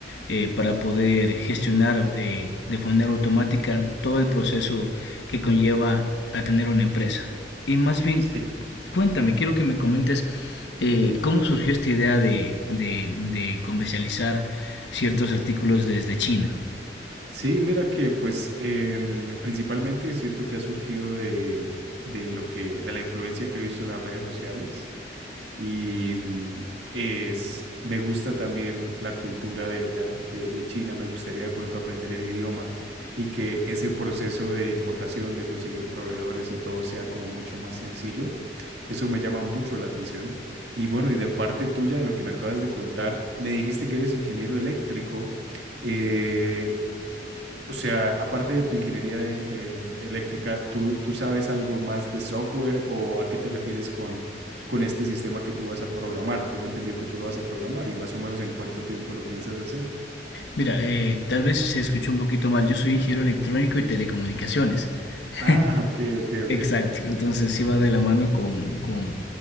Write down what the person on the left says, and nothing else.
eh, para poder gestionar eh, de manera automática todo el proceso que conlleva a tener una empresa. Y más bien,
cuéntame, quiero que me comentes eh, cómo surgió esta idea de, de, de, comercializar ciertos artículos desde China.
Mira, eh, tal vez se escuchó un poquito mal, yo soy ingeniero electrónico y telecomunicaciones.
<laughs>
Exacto,
entonces iba de la mano con, con,